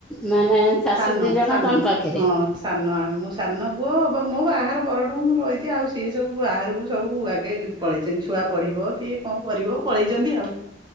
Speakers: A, in the centre; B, on the right (about 25°).
A: ମାନେ ଶାଶୁ
B: ସାନ
A: ଦି ଜଣ
B: ସାନ
A: ତମ ପାଖରେ
B: ହଁ ସାନ ଆମ ମୋ ସାନ ପୁଅ ବା ମୋ ବାହାଘର ପରଠୁଁ ମୁଁ ରହିଚି ଆଉ ସିଏ ସବୁ ବାହାରକୁ ସବୁ ଆଗେ ପଳେଇଚନ୍ତି। ଛୁଆ ପଢିବ କି କଣ କରିବ ପଳେଇଚନ୍ତି ଆଉ।